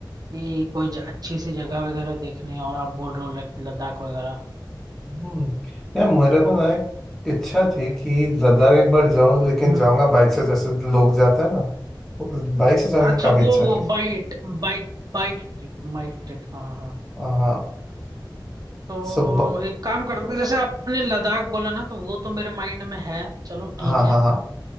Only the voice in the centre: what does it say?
हम्म यार मेरे को ना एक इच्छा थी कि लद्दाख एक बार जाऊं लेकिन
जाऊंगा
बाइक से जैसे लोग जाते हैं ना बाइक से जाने
की काफी
इच्छा
थी
हाँ
सब
हाँ
हाँ हाँ